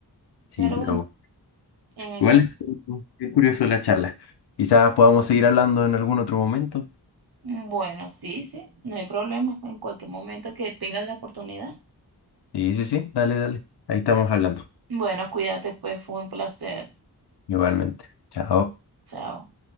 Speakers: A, on the left; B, on the right.
A: Sí,
B: Pero
A: pero
B: bueno, en ese...
A: igual es curioso la charla. Quizás podamos seguir hablando en algún otro momento.
B: Bueno, sí, sí, no hay problema en cualquier momento que tengas la oportunidad.
A: Sí, sí, sí, dale, dale. Ahí estamos hablando,
B: Bueno, cuídate, pues fue un placer.
A: igualmente. Chao.
B: Chao.